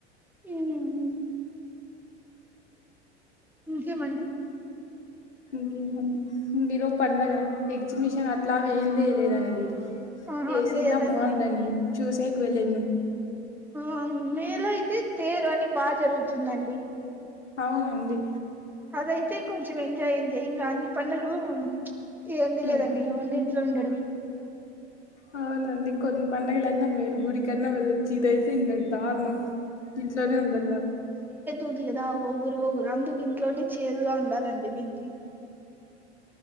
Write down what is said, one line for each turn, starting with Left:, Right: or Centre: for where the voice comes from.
Centre: ఊమ్ ఇంకేమండి.
Left: ఇంకేమండి ఈ రోజు పండగా ఎగ్జిబిషన్ అట్లాగా ఎం లేదండి.
Centre: ఆహా
Left: ఎసిన్నా
Centre: లేదండి
Left: బావుందండి చూసేకి వెళ్ళినం.
Centre: ఆ మేలో అయితే తేరు అని బాగా జరుగుతుందండి.
Left: అవునండి.
Centre: అది అయితే కొంచెం ఎంజాయ్ ఎంజాయ్ ఇంగా అన్ని పండగలు చ్ ఏంది
Left: హ్మ్
Centre: లేదండి ఓన్లీ ఇంట్లో ఉండడమే.
Left: అవునండి కొన్ని పండగలన్నా మేలు గుడికన్నా వెళ్ళొచ్చు. ఇదైతే ఇంగా దారుణం ఇంట్లోనే ఉండలా.
Centre: ఉంది కదా ఒగురు ఒగురు అందుకు ఇంట్లోడి చేదుగా ఉండాలండి దీనికి.